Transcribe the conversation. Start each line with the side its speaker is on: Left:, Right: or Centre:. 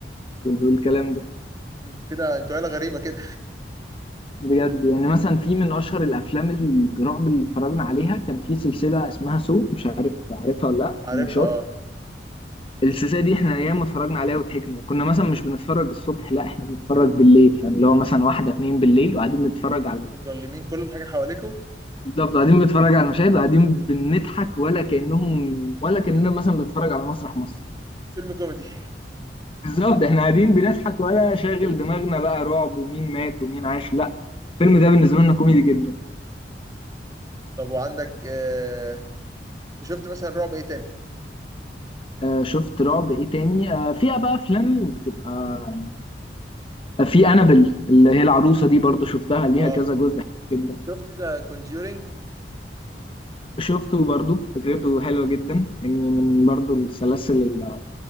Left: وال- والكلام ده
Right: انتوا كده انتوا عيله غريبه كده
Left: بجد يعني مثلا في من اشهر الافلام الرعب اللي اتفرجنا عليها كان في سلسله اسمها سو مش عارف عارفها ولا لا
Right: عارفها
Left: من شط
Right: اه
Left: السلسله دي احنا ياما اتفرجنا عليها وضحكنا وكنا مثلا مش بنتفرج الصبح لا احنا بنتفرج بالليل يعني اللي هو مثلا واحده اتنين بالليل وقاعدين بنتفرج
Right: و-
Left: على
Right: ومضلمين كل حاجه حواليكم
Left: بالظبط قاعدين بنتفرج على المشاهد وقاعدين بنضحك ولا كأنهم ولا كأننا مثلا بنتفرج على مسرح مصر
Right: فيلم كوميدي
Left: بالظبط احنا قاعدين بنضحك ولا شاغل دماغنا بقى رعب ومين مات ومين عاش لا الفيلم ده بالنسبة لنا كوميدي جدا
Right: طب وعندك آه... شفت مثلا رعب ايه تاني
Left: آه شفت رعب ايه تاني آه فيها بقى افلام بتبقى يعني آه في انابل اللي هي العروسة دي برضو شفتها ليها
Right: اه
Left: كذا جزء جدا
Right: شفت ده كونجورينج
Left: شفته برضو فكرته حلوة جدا يعني من برضو السلاسل اللي